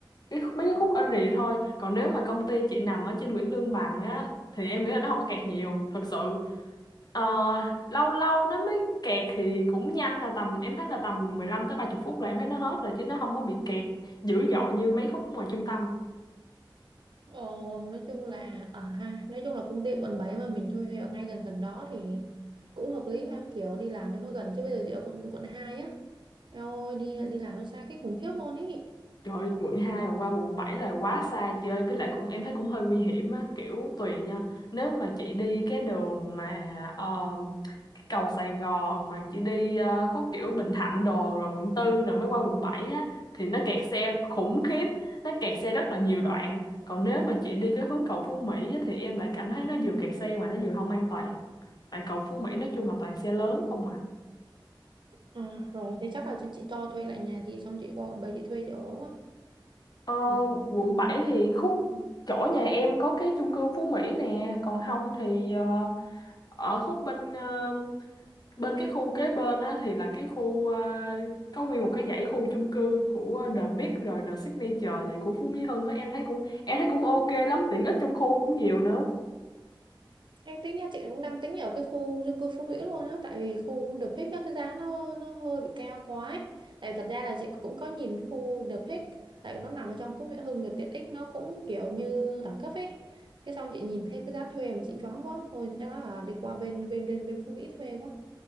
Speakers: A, on the left; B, on the right.
A: cái, khúc- mấy cái khúc ở rìa thôi còn nếu mà công ty chị nằm ở trên Nguyễn Lương Bằng á thì em nghĩ là nó không có kẹt nhiều thật sự Ờ, lâu lâu nó mới kẹt thì cũng nhanh là tầm em thấy là tầm 15 tới 30 phút là em thấy nó hết rồi chứ nó không có bị kẹt dữ dội như mấy khúc ngoài trung tâm
B: Ồ, nói chung là ở ha, nói chung là công ty quận 7 mà mình thuê ở ngay gần gần đó thì cũng hợp lý ha, kiểu đi làm cho nó gần chứ bây giờ chị ở quận quận 2 á. Eo ơi đi đi làm nó xa cái khủng khiếp luôn ý.
A: Trời ơi, quận 2 mà qua quận 7 là quá xa chơi với lại cũng em thấy cũng hơi nguy hiểm á kiểu tùy nha nếu mà chị đi cái đường mà ờ, cái cầu Sài Gòn mà chị đi ờ, khúc kiểu Bình Thạnh đồ rồi quận tư rồi mới qua quận 7 á thì nó kẹt xe khủng khiếp nó kẹt xe rất là nhiều đoạn còn nếu mà chị đi cái hướng cầu Phú Mỹ á, thì em lại cảm thấy nó vừa kẹt xe mà nó vừa không an toàn tại cầu Phú Mỹ nói chung là toàn xe lớn không à.
B: À, rồi thế chắc là chị, chị cho thuê lại nhà chị xong chị qua quận 7 chị thuê chị ở quá.
A: Ờ,
B: Ừ.
A: quận 7 thì khúc chỗ nhà em có cái chung cư Phú Mỹ nè, còn không thì ờ, ở khúc bên ờ, bên cái khu kế bên á thì là cái khu ờ, có nguyên một cái dãy khu chung cư của The Big rồi The Signature vậy của Phú Mỹ Hưng á, em thấy cũng em thấy cũng ok lắm, tiện ích trong khu cũng nhiều nữa.
B: Ê, tính ra chị cũng đang tính ở cái khu chung cư Phú Mỹ luôn á tại vì khu The Peak á, cái giá nó nó hơi bị cao quá ấy. Tại vì thật ra là chị cũng có nhìn cái khu The Peak tại vì nó nằm ở trong Phú Mỹ Hưng rồi tiện ích nó cũng kiểu như đẳng cấp ấy cái xong chị nhìn thấy cái giá thuê mà chị choáng quá thôi chắc là đi qua bên bên bên bên Phú Mỹ thuê quá